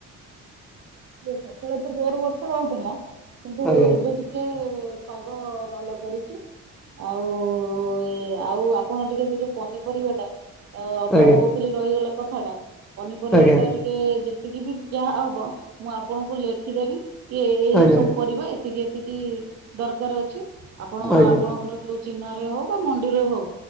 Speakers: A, on the right; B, in the centre.
A: ସେ ସକାଳ ତ ଜୋର ବର୍ଷ ରହୁଥିଲା କିନ୍ତୁ
B: ଆଜ୍ଞା
A: ଏବେ ଟିକେ କିଏ ପାଗ ଭଲ କରିଛି। ଆଉ ଏ ଆଉ ଆପଣ ଟିକେ ଯ ଯୋଉ ପନିପରିବା ଟା ଅଧା
B: ଆଜ୍ଞା
A: କହୁଥିଲି ରହିଗଲା କଥା ଟା ପନିପରିବା
B: ଆଜ୍ଞା
A: ଟା ଟି କେ ଯେତିକି ବି ଯାହା ହବ ମୁଁ ଆପଣଙ୍କୁ ଲେଖିଦେବି। ଏ ଏଇ
B: ଆଜ୍ଞା
A: ସବୁ ପରିବା ଏତିକି ଏତିକି ଦରକାର ଅଛି ଆପଣ
B: ଆଜ୍ଞା
A: ଆପଣଙ୍କର ଯୋଉ ଚିହ୍ନା ରେ ହଉ ବା ମଣ୍ଡିରେ ହଉ